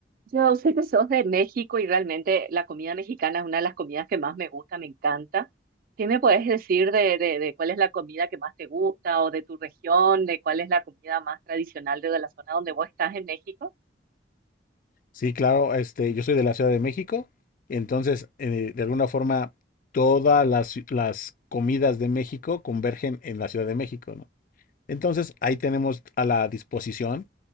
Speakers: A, on the right; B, on the left.
A: Yo sé que sos de México y realmente la comida mexicana es una de las comidas que más me gusta, me encanta. ¿Qué me puedes decir de, de, de cuál es la comida que más te gusta o de tu región, de cuál es la comida más tradicional de la zona donde vos estás en México?
B: Sí, claro, este, yo soy de la Ciudad de México, entonces eh, de alguna forma todas las, ci- las comidas de México convergen en la Ciudad de México, ¿no? Entonces ahí tenemos a la disposición